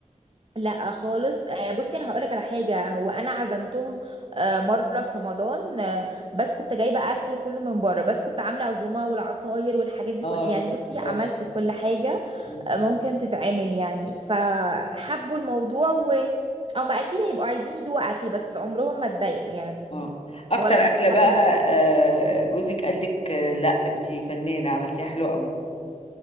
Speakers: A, on the right (about 40°); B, on the left (about 50°).
A: لا خالص آه، بصي انا هقولك على حاجه هو انا عزمتهم آه، مره في رمضان آه، بس كنت جايبه اكل كله من بره بس كنت عامله عزومه والعصاير والحاجات دي
B: اه
A: كل يعني بصي
B: برافو
A: عملت كل حاجه
B: مم.
A: آه، ممكن تتعمل يعني فحبوا الموضوع و او ما اكيد هيبقوا عايزين يدوقوا اكلي بس عمرهم ما اتضايقوا يعني
B: اه اكتر
A: ولا
B: اكله
A: حد
B: بقى
A: من
B: آه جوزك قال لك آه لا انت فنانه عملتيها حلوه قوي